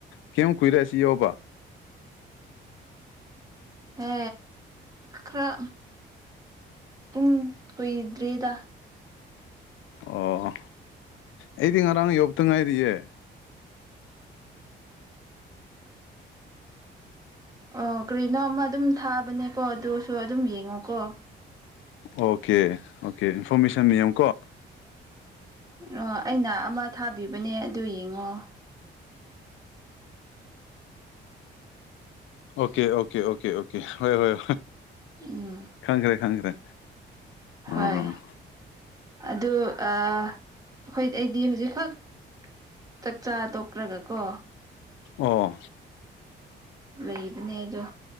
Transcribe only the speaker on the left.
ꯀꯌꯥꯝ ꯀꯨꯏꯔꯦ ꯑꯁꯤ ꯌꯥꯎꯕ
ꯑꯣ ꯑꯩꯗꯤ ꯉꯔꯥꯡ ꯌꯧꯕꯇ ꯉꯥꯏꯔꯤꯌꯦ
ꯑꯣꯀꯦ ꯑꯣꯀꯦ ꯏꯟꯐꯣꯔꯃꯦꯁꯟ ꯌꯦ ꯌꯦꯉꯨꯀꯣ
ꯑꯣꯀꯦ ꯑꯣꯀꯦ ꯑꯣꯀꯦ ꯑꯣꯀꯦ ꯍꯣꯏ ꯍꯣꯏ
ꯈꯪꯈ꯭ꯔꯦ ꯈꯪꯈ꯭ꯔꯦ ꯎꯝ
ꯑꯣ